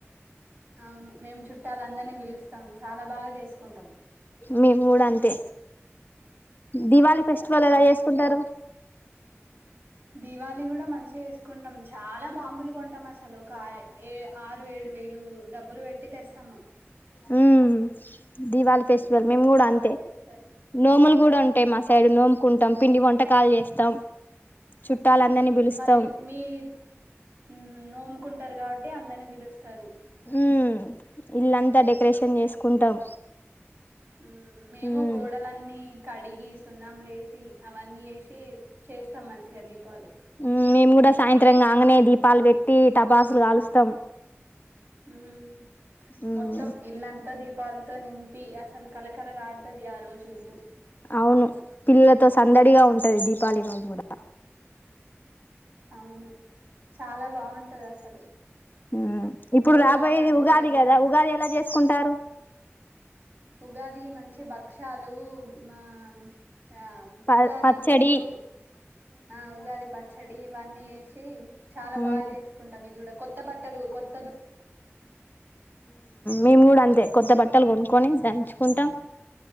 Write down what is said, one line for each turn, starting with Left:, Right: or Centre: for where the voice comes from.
Right: అవును మేము చుట్టాలని అందరిని పిలుస్తాం చాలా బాగా చేసుకుంటాం.
Left: మీ మూడు అంతే దిపాళి ఫెస్టివల్
Right: హ్మ్.
Left: ఎలా చేసుకుంటారు?
Right: దీవాలి కూడా మంచిగా చేసుకుంటాం చాలా బాంబులుగా కొంటాం అసలు ఒక ఏ ఆరు ఏడు వేలు డబ్బులు పెట్టి తెస్తాము
Left: హ్మ్ దీవళి ఫెస్టివల్
Right: హ్మ్.
Left: మేము కూడా
Right: బా
Left: అంతే
Right: చేస్తారు.
Left: నోములు కూడా ఉంటాయి
Right: హ్మ్
Left: మా సైడ్ నోముకుంటాం పిండి వంటకాలు చేస్తాం చుట్టాలందరినీ
Right: ఉ
Left: పిలుస్తాం
Right: వాళ్ళు మీరు ఉహ్ నోముకుంటారు కాబట్ ట్టి అందరిని పిలుస్తారు
Left: ఉ ఇల్లంతా డెకరేషన్ చేసుకుంటాం
Right: హ్మ్ మేము
Left: ఉమ్
Right: గోడలన్నీ కడిగి సున్నాం లేసి అవన్నీ చేసి చేస్తాం మంచిగా దీపావళి
Left: హ్మ్ మేము కూడా సాయంత్రం కాంగనే దీపాలు పెట్ ట్టి టపాసులు కాలుస్తాం
Right: హ్మ్
Left: ఉమ్
Right: మొత్తం ఇల్లంతా దీపాల్ తో నింపి అసలు కలకల ఆడుతది ఆ రోజు ఇల్లు.
Left: అవును పిల్లలతో సందడిగా ఉంటది ది పాలి రోజు కూడా
Right: అవును చాలా బాగుంటది అసలు
Left: హ్మ్ ఇప్పుడు
Right: బోనాల
Left: రాబోయేది
Right: పండుగ
Left: ఉగాది
Right: గూడా
Left: కదా ఉగాది ఎలా చేసుకుంటారు
Right: ఉగాది మంచి భక్షలు మా ఆ
Left: ప
Right: ఉగాది
Left: పచ్చడి
Right: పులుసు ఆ ఉగాది పచ్చడి ఇవన్నీ చేసి చాలా బాగా
Left: మ్మ్
Right: చేసుకుంటాం ఇది కూడా కొత్త బట్టలు కొత్ కొత్
Left: మేము కూడా అంతే కొత్త బట్ ట్టలు కొనుక్కొని దంచుకుంటాం